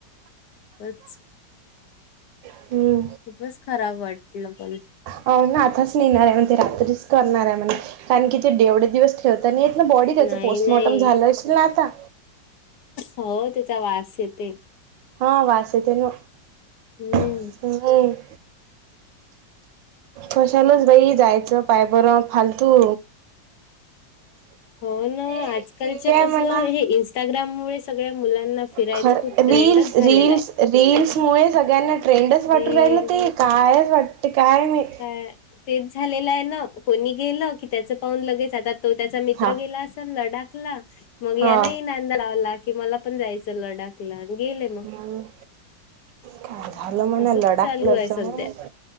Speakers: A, on the left; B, on the right.
A: उगच
B: हूं
A: खूप खराब वाटलं पण
B: हव ना आताच नेणार आहे म्हणते, ते रात्रीच करणार आहे म्हणे, कारण की ते देवढे दिवस ठेवता नय येत ना बॉडी त्याचं
A: नाही
B: पोस्टमॉर्टम
A: नाही
B: झालं अशील ना आता
A: हो त्याचा वास येते.
B: ह वास येते न.
A: हम्म
B: हम्म्म हं कशालच बाई जायचं पाय बरं फालतू <unintelligible>
A: होणं आजकालच्या
B: ठीक आहे
A: कस
B: म्हणा
A: हे इंस्टाग्राममुळे सगळ्या मुलांना फिरायचं
B: खर
A: खूप
B: रील्स
A: ट्रेंडच
B: रील्स
A: झालेला आहे
B: रील्समुळे, सगळ्यांना ट्रेंडच वाटू
A: रील्स
B: राहिलं ते. कायच वाटते काय माहीत.
A: हं तेच झालेलं हाय ना कोणी गेलं की त्याच पाहून लगेच आतात तो त्याचा मित्र
B: हा
A: गेला असल लडाखला, मग यान
B: हा
A: ही नांदा लावला की मला पण जायचं. लडाखला अन गेले म
B: मग काय झााल म्हणा
A: असंच
B: लडाखला
A: चालू आहे
B: जाऊन?
A: सध्या